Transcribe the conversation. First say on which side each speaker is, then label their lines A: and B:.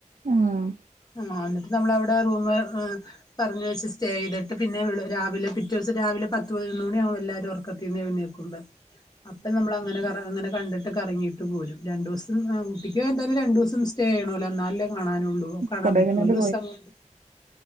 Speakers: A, on the right; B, on the left.
A: ആഹ്
B: ആഹ് എന്നിട്ട് നമ്മളവിടെ റൂമ് ഏഹ് പറഞ്ഞ് വെച്ച് സ്റ്റേയ്തിട്ട് പിന്നെ വെളു രാവിലെ പിറ്റേസം രാവിലെ പത്ത് പതിനൊന്ന് മണി ആവും എല്ലാവരും ഒർക്കത്തീന്ന് എഴ്ന്നേക്ക്മ്പ
A: ഉം
B: അപ്പം നമ്മൾ അങ്ങനെ, അങ്ങനെ കണ്ടിട്ട് കറങ്ങി ട്ട് പോരും രണ്ടൂസം ഏഹ് ഊട്ടിക്ക് പോയ എന്തായാലും രണ്ടൂസം സ്റ്റേ ചെയ്യണല്ലോ എന്നാലല്ലേ കാണാനാെള്ളൂ. കാണാൻ
A: കൊടൈക്കനാല്
B: പറ്റോ, ഒരു ദിവസം കൊണ്ട്.